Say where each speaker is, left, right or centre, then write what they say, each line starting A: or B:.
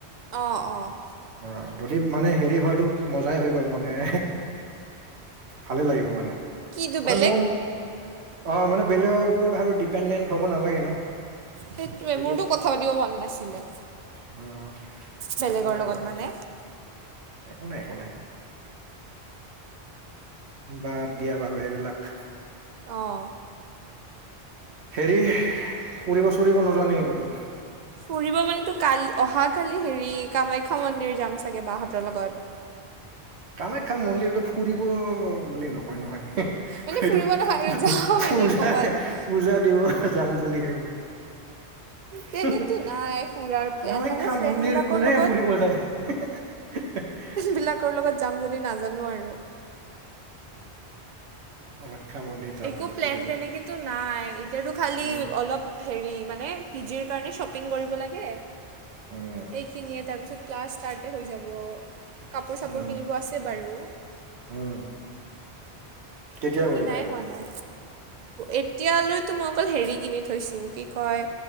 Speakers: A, on the right (about 55°); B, on the right (about 75°).
A: অঁ', অঁ'
B: অ যদি মানে হেৰি হয়তো মজাই হৈ গ'ল মানে ভালে লাগিব মানে
A: কি তু
B: মানে
A: বেলেগ
B: মোৰ অ মানে বেলেগৰ ওপৰত আৰু ডিপেণ্ডেণ্ট হ'ব নালাগে ন
A: সেইটোৱে
B: এইটো
A: মোৰতো কথা পাতিব মন নাছিলে
B: অ
A: বেলেগৰ
B: একো নাই
A: লগত
B: বাৰু
A: মানে
B: একো নাই একো নাই বাদ দিয়া বাৰু সেইবিলাক
A: অঁ
B: হেৰি কৰিব চুৰিব নোযোৱা নেকি ক'তো?
A: ফুৰিব মানো কালি অহা কালি হেৰি কামাখ্যা মন্দিৰ যাম চাগে বাহঁতৰ লগত।
B: কামাখ্যা মন্দিৰতো ফুৰিব বুলি নকয় নহয়।
A: মানে
B: সেইটো
A: ফুৰিব নহয় আৰু যাম
B: পূজা
A: এনে ক'ৰবাত
B: পূজা দিব যাম বুলিহে কৈ। <unintelligible>
A: তেনেতো নাই ফুৰাৰ প্লেন
B: কামাখ্যা
A: মানে ফ্ৰেণ্ডবিলাকৰ
B: মন্দিৰ কোনে
A: লগত
B: ফুৰিব যায় হ
A: বিলাকৰ লগত যাম যদি নাজানো আৰু
B: কমাখ্যা মন্দিৰ যাম
A: একো
B: বোলে
A: প্লেন
B: ফুৰিব
A: তেনেকেতো নাই এতিয়াতো খালী
B: উম
A: অলপ হেৰি মানে পি জিৰ কাৰণে শ্বপিং কৰিব লাগে
B: উম
A: এইখিনিয়ে তাৰপিছত ক্লাছ ষ্টাৰ্টেই হৈ যাব কাপোৰ চাপোৰ
B: উম
A: কিনিব আছে বাৰু
B: উম কেতিয়া
A: একো
B: কৰিবা
A: কিনাই
B: এইবোৰ
A: হোৱা নাই এতিয়ালৈত মই অকল হেৰি কিনি ঠৈছো কি কয়